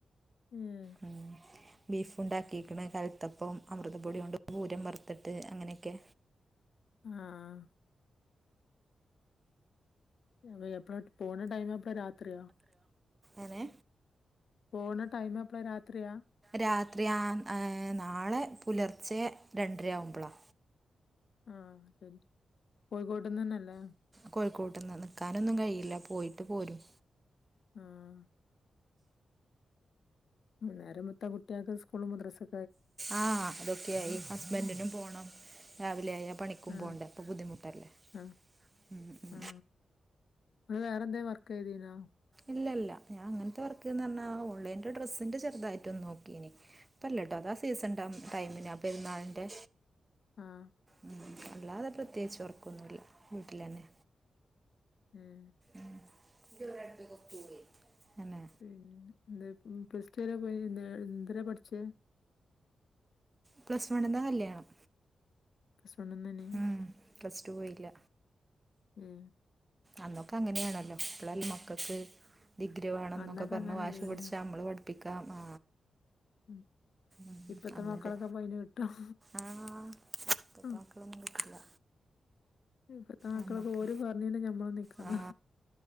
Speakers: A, on the left; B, on the right.
A: മം
B: ഉമം ബീഫ്ണ്ടാക്കിക്ണ് കൽത്തപ്പം അമൃതപ്പൊടിയൊണ്ട് പൂരം വറുത്തിട്ട് അങ്ങനെയൊക്കെ
A: ആഹ് അ എപ്പഴ പോണ ടൈം എപ്പാ രാത്രിയാ
B: എങ്ങനെ
A: പോണ ടൈം എപ്പഴാ രാത്രിയാ
B: രാത്രി ആ നാളെ പുലർച്ചെ രണ്ടര ആവുമ്പോളാ
A: ആഹ ശരി കോഴിക്കോട്ടന്ന്ന്നല്ലേ
B: കോഴിക്കോട്ട് നിന്ന് നിൽക്കാനൊന്നും കഴിയില്ല പോയിട്ട് പോരും
A: ആഹ വൈന്നേരം മൊത്ത കുട്ടിയാക്ക് സ്കൂള് മുദ്രസെ
B: ആഹ അതൊക്കെയായി ഹസ്ബൻഡിനും പോണം രാവിലെ ആയ പണിക്കും
A: ആ
B: പോണ്ടേ അപ്പൊ ബുദ്ധിമുട്ടല്ലേ
A: ആ
B: ഉം ഉം
A: ആ ഇങ്ങള് വേറെന്തേ വർക്ക് ചെയ്തീനാ
B: ഇല്ല ഇല്ല ഞാൻ അങ്ങനത്തെ വർക്ക്ന്ന് പറഞ്ഞാ ഓൺലൈൻ ഡ്രസ്സിന്റെ ചെറുതായിട്ടൊ ഒന്ന് നോക്കീനി ഇപ്പല്ലട്ടോ അതാ സീസൺ ടൈമിന് ആ പെരുന്നാളിന്റെ
A: ആഹ
B: ഉം അല്ലാതെ പ്രത്യേകിച്ച് വർക്കൊന്നുമില്ല വീട്ടിൽ തന്നെ
A: ഉം
B: ഉം തന്നെ
A: പിന്നെ എന്താ പ്ലസ്ടു വരെ പോയി എന്തിനാ പഠിച്ചേ
B: പ്ലസ് വൺ ന്നാ കല്യാണം
A: പ്ലസ് വൺ ന്ന് ഏനീ
B: ഉം പ്ലസ് ടു പോയില്ല
A: ഏ
B: അന്നൊക്കെ അങ്ങനെയാണല്ലോ ഇപ്പളെല്ലേ മക്കക്ക് ഡിഗ്രി വേണം
A: അന്നൊക്കെ
B: എന്നൊക്കെ പറഞ്ഞ
A: അങ്ങനെയല്ലേനോ
B: വാശി പിടിച്ച നമ്മള് പഠിപ്പിക്കാം ആ
A: ഉം
B: ഉ
A: ഇപ്പത്തെ
B: അന്നട്ടേ
A: മക്കളൊക്കെ അപ്പ അയിന് കിട്ടും
B: ആഹ് ഇപ്പത്തെ
A: ആ
B: മക്കളൊന്നും കിട്ടില്ല
A: ഇപ്പത്തെ മക്കളൊക്കെ
B: ഞമ്മക്ക്
A: ഒരു പറഞ്ഞന്ന് ഞമ്മള് നിക്കണം
B: ആ